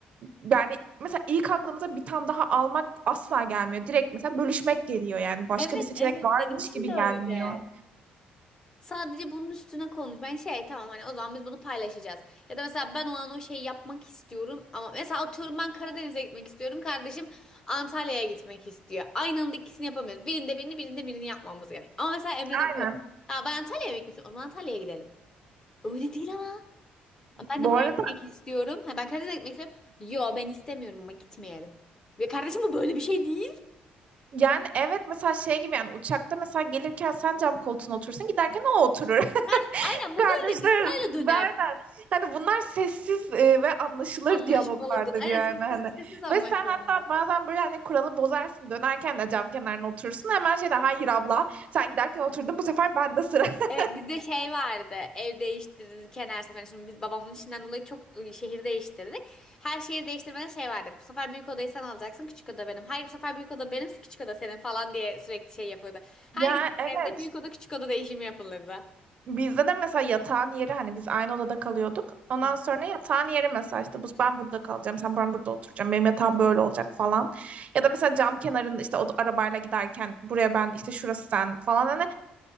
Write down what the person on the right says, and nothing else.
yani mesela ilk aklımıza bir tane daha almak asla gelmiyor. Direkt mesela bölüşmek geliyor yani başka
bir seçenek
varmış
gibi
gelmiyor.
Aynen.
Bu
arada
yani evet mesela şey gibi yani uçakta mesela gelirken sen cam koltuğuna oturursun giderken o oturur.
Kardeşler
arasında
aynen. Hani bunlar sessiz e, ve anlaşılır
diyaloglardır
yani
hani.
Ve sen hatta
bazen böyle hani kuralı bozarsın dönerken de cam kenarına oturursun hemen şey de hayır abla sen giderken oturdun bu sefer bende sıra. <laughs>
Ya
evet.
Bizde de mesela yatağın yeri hani biz aynı odada kalıyorduk. Ondan
sonra yatağın yeri mesela işte bu ben burada kalacağım, sen ben burada oturacağım. Benim yatağım böyle olacak falan. Ya da mesela cam kenarında işte o arabayla giderken buraya ben işte şurası sen falan hani